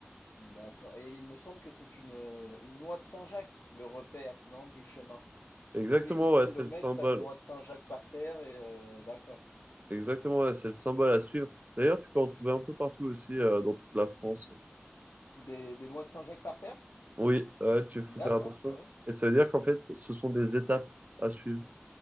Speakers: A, on the left; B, on the right.
A: d'accord. Et il me semble que c'est une, euh, une noix de Saint-Jacques, le repère, non, du chemin.
B: Exactement,
A: Tous les X
B: ouais,
A: kilomètres,
B: c'est le symbole.
A: t'as une noix de Saint-Jacques par terre et euh, d'accord.
B: Exactement, ouais, c'est le symbole à suivre. D'ailleurs, tu peux en trouver un peu partout aussi, euh, dans toute la France.
A: Des, des noix de Saint-Jacques par terre?
B: Oui, ouais, tu faut
A: D'accord,
B: faire attention.
A: ouais, ouais.
B: Et ça veut dire qu'en fait, ce sont des étapes à suivre.